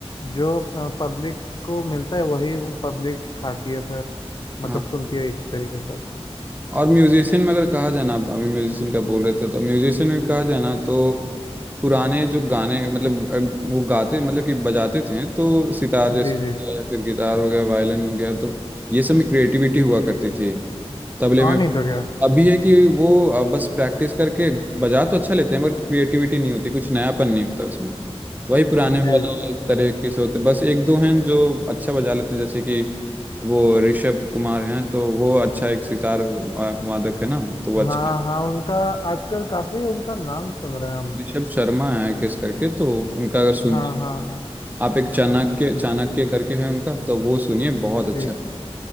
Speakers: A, on the left (about 40°); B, on the right (about 15°).
A: जो पब्लिक को मिलता है वही वो पब्लिक खाती है फिर मतलब
B: हाँ
A: सुनती है एक तरीके से
B: और म्यूजिशियन में अगर कहा जाए ना अभी म्यूजिशियन का बोल रहे थे तो म्यूजिशियन में कहा जाए ना तो पुराने जो गाने मतलब अ, वो गाते मतलब कि बजाते थे तो सितार
A: जी
B: जैसे
A: जी
B: हो गया, या फिर गिटार हो गया वायलिन हो गया तो ये सब में क्रिएटिविटी हुआ करती थी तबले
A: और
B: में
A: नहीं तो क्या
B: अभी है कि वो अ, बस प्रैक्टिस करके बजा तो अच्छा लेते हैं बट क्रिएटिविटी नहीं होती कुछ नयापन नहीं होता उसमें वही पुराने वाले
A: जी
B: तरह के से होते बस एक दो हैं जो अच्छा बजा लेते हैं जैसे कि वो ऋषभ कुमार हैं तो वो अच्छा एक सितार वा- वादक है ना तो वो
A: हाँ
B: अच्छा
A: हाँ उनका आजकल काफी उनका नाम सुन रहे हैं हम
B: ऋषभ शर्मा है किस करके तो उनका अगर सुन
A: हाँ हाँ हाँ
B: आप एक चाणक्य चाणक्य करके है उनका तो वो सुनिए बहुत अच्छा
A: जी
B: है।